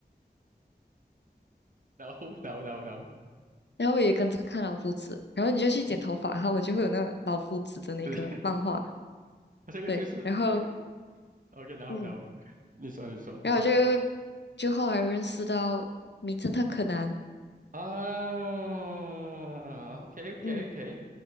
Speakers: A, on the right (about 50°); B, on the left (about 80°).
A: No no no no，
B: 然后我也跟着看老夫子，然后你就去剪头发，
A: 对，
B: 他们就会有那个老夫子的那个漫画，
A: <laughs> 这个就是这个。
B: 对，然后
A: OK，然后然后你说你说不
B: 嗯，然后我就就后来认识到名侦探柯南，
A: 啊，OK OK
B: 嗯，
A: OK，